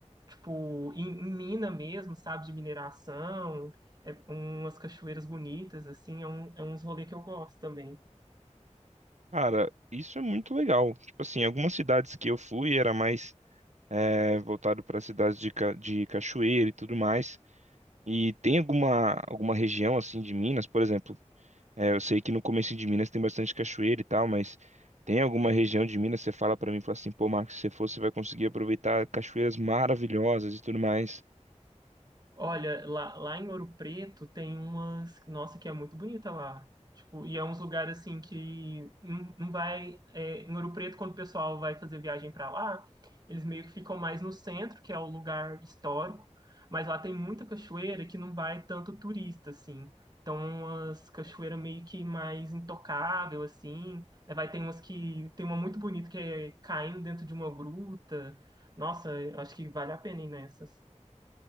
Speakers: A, on the right; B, on the right.
A: tipo, em, em mina mesmo, sabe, de mineração, é umas cachoeiras bonitas, assim, é, um, é uns rolês que eu gosto também.
B: Cara, isso é muito legal. Tipo assim, algumas cidades que eu fui era mais é, voltado para cidades de, ca- de cachoeira e tudo mais. E tem alguma, alguma região assim de Minas, por exemplo, é, eu sei que no começo de Minas tem bastante cachoeira e tal, mas tem alguma região de Minas que você fala para mim, fala assim, pô, Marcos, se você for, você vai conseguir aproveitar cachoeiras maravilhosas e tudo mais.
A: Olha, lá, lá em Ouro Preto tem umas. Nossa, que é muito bonita lá. Tipo, e é uns lugares assim que não, não vai. é, em Ouro Preto, quando o pessoal vai fazer viagem pra lá, eles meio que ficam mais no centro, que é o lugar histórico. Mas lá tem muita cachoeira que não vai tanto turista, assim. Então, umas cachoeiras meio que mais intocável, assim. É, vai ter umas que. Tem uma muito bonita que é caindo dentro de uma gruta. Nossa, eu acho que vale a pena ir nessas.